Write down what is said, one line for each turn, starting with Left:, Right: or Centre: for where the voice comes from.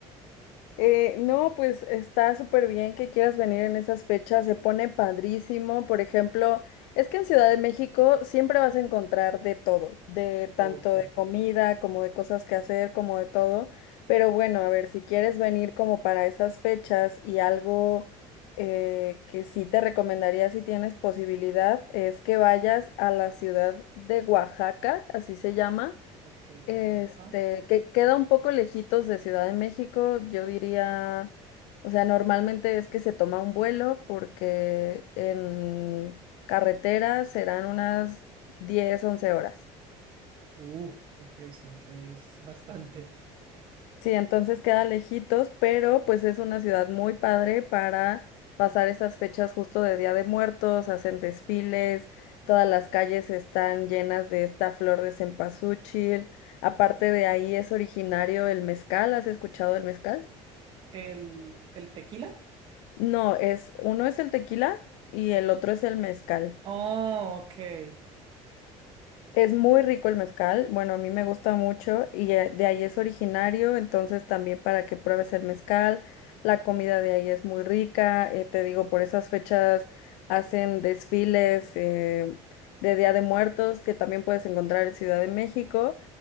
Left: Eh, no, pues está súper bien que quieras venir en esas fechas, se pone padrísimo. Por ejemplo, es que en Ciudad de México siempre vas a encontrar de todo, de
Right: Ok,
Left: tanto de comida como de cosas que hacer, como de todo. Pero bueno, a ver, si quieres venir como para esas fechas y algo eh, que sí te recomendaría si tienes posibilidad, es que vayas a la ciudad de Oaxaca, así se llama.
Right: ok,
Left: Este,
Right: Oaxaca.
Left: que queda un poco lejitos de Ciudad de México, yo diría, o sea, normalmente es que se toma un vuelo porque en carretera serán unas 10 11 horas.
Right: Uh, ok, siempre es bastante.
Left: Sí, entonces queda lejitos, pero pues es una ciudad muy padre para pasar esas fechas justo de Día de Muertos, hacen desfiles, todas las calles están llenas de esta flor de cempasúchil. Aparte de ahí es originario el mezcal, ¿has escuchado el mezcal?
Right: ¿El, el tequila?
Left: No, es, uno es el tequila y el otro es el mezcal.
Right: Oh, ok,
Left: Es muy rico el mezcal, bueno, a mí me gusta mucho y eh, de ahí es originario, entonces también para que pruebes el mezcal, la comida de ahí es muy rica, eh, te digo, por esas fechas hacen desfiles eh, de Día de Muertos que también puedes encontrar en Ciudad de México